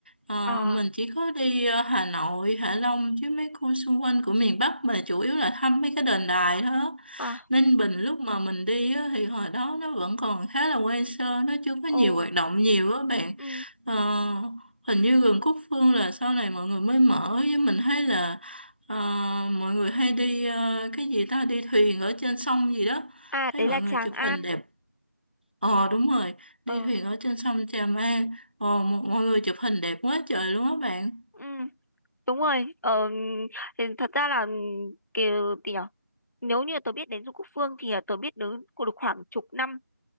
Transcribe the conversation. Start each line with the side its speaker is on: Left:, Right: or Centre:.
Right: Ờ,
Left: à
Right: mình chỉ có đi ờ, Hà Nội Hạ Long chứ mấy khu xung quanh của miền Bắc mà chủ yếu là thăm mấy cái đền đài thôi á.
Left: à
Right: Ninh Bình lúc mà mình đi á, thì hồi đó nó vẫn còn khá là quen sơ nó chưa có
Left: ồ
Right: nhiều hoạt động nhiều á bạn
Left: Ừ.
Right: Ờ, hình như vườn Cúc Phương là sau này mọi người mới mở với mình thấy là ờ, mọi người hay đi ờ, cái gì ta đi thuyền ở trên sông gì đó
Left: À
Right: thấy
Left: đấy
Right: mọi
Left: là
Right: người
Left: Tràng
Right: chụp
Left: An.
Right: hình đẹp ờ đúng rồi
Left: Ờ.
Right: đi thuyền ở trên sông Trà An ờ, mọi mọi người chụp hình đẹp quá trời luôn á bạn
Left: Ừ. Đúng rồi. Ờ, thì thật ra là ừ, kiểu gì nhở? Nếu như tôi biết đến Du Quốc Phương thì tôi biết đến của được khoảng chục năm.